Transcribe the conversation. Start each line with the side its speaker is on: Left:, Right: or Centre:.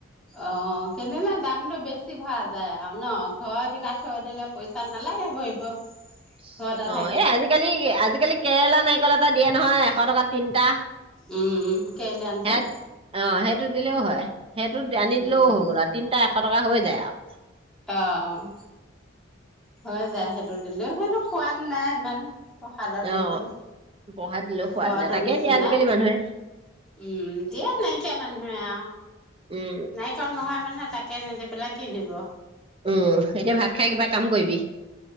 Centre: অ', কিনিলে দামতটো বেছি ভৰা যায় আৰু ন' ঘৰ কেইটা থৈ দিলে পইচা নালাগে ভৰিব।
Right: <inaudible>
Centre: ঘৰতে
Right: অ',
Centre: থাকে
Right: এই আজিকালি আজিকালি কেৰেলা নাৰিকল এটা দিয়ে নহয়, এশ টকা তিনটা।
Centre: উম, কেৰেলিয়ানটো।
Right: সেয়া অ', সেইটো দিলেও হয়, সেইটো আনি
Centre: উম
Right: দিলেও
Centre: উম
Right: হৈ গ'ল আৰু তিনটা এশ টকা হৈ যায় আৰু।
Centre: অ', হৈ যায় সেইটো দিলেও, সেইটো সোৱাদ নাই ইমান। প্ৰসাদত
Right: অ
Centre: দিলেও,
Right: পঢ়া দিলেও সোৱাদ
Centre: ঘৰটোৰ
Right: নাই তাকে
Centre: নিচিনা।
Right: দিয়ে আজিকালি
Centre: উম,
Right: মানুহে
Centre: দিয়ে নাইকিয়া মানুহে আৰু
Right: উম
Centre: নাৰিকল নোহোৱা মানুহে তাকে তাকে নিদি পেলাই কি দিব।
Right: উম, এতিয়া ভাত খাই কিবা কাম কৰিবি?